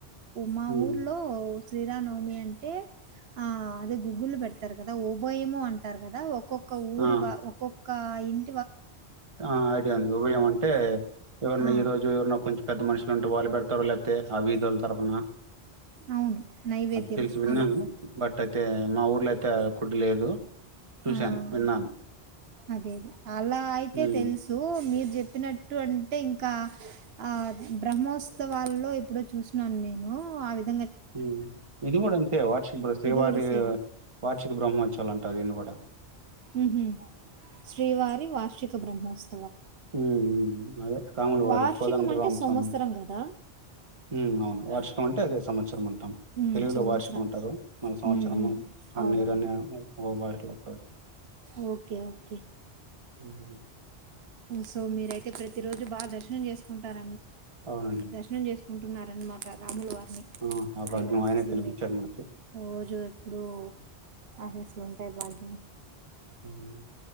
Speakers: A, on the right (about 70°); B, on the right (about 30°).
A: మా
B: ఉమ్
A: ఊర్లో శ్రీరామ నవమి అంటే ఆ అది గుగుల్ పెడతారు కదా ఓభోయమో అంటారు కదా ఒక్కొక్క ఊరి
B: ఆ
A: వా ఒక్కొక్క ఇయిన్
B: ఆ ఐడియా ఉంది ఉభయం అంటే ఎవరినా
A: ఆ!
B: ఈ రోజు ఎవరిన్నా కొంచెం పెద్ద మనుషులు ఉంటే వాళ్ళు పెడతారు లేకపోతే ఆ విదోల తరపున
A: అవును. నైవేద్యం
B: తెలుసు విన్నాను
A: అలా.
B: బట్ అ అయితే మా ఊర్లో అయితే కుట్లేదు లేదు చూశాను
A: హమ్
B: విన్నాను
A: అదే అలా అయితే
B: ఉమ్
A: తెలుసు మీరు చెప్పినట్టు అంటే ఇంకా ఆ బ్రహ్మోత్సవాల్లో ఇప్పుడు చూసినను నేను ఆ విధ
B: ఉమ్ ఇది కూడా అంతే వార్షిక శ్రీవారి
A: ఇది కూడా సేమ్
B: వార్షిక బ్రహ్మోత్సవ అంట అదేన్ కూడా అక్క <inaudible>
A: ఉహూ శ్రీవారి వార్షిక బ్రహ్మోత్సవ
B: ఉమ్ అదే రాములు వారి
A: వార్షికం
B: కోదండరామస్వామి
A: అంటే సంవత్సరం కదా
B: హమ్ అవును వార్షికం అంటే అదే సంవత్సరం అంటాం
A: ఉమ్
B: తెలుగులో
A: సంవత్సరాలు
B: వార్షికం ఉంటారు మన సంవత్సరము
A: ఉమ్ ఉమ్
B: ప
A: అవునవును
B: నిరణ బాయ లో ఒక <unintelligible>
A: ఓకే ఓకే
B: హ <inaudible>
A: సో మీరయితే ప్రతి రోజు బాగా దర్శనం చేసుకుంటార
B: అవును
A: దర్శనం చేసుకుంటున్నారనమాట రాముల వారిని
B: ఆ! ఆ భాగ్యం
A: ఆయన ఆశీస్లు
B: ఆయనే కల్పించారు
A: మీకువ
B: మనకి.
A: రోజు ఇప్పుడుూ ఆశీస్లు ఉంటాయి భాగ్యం
B: ఉ <inaudible>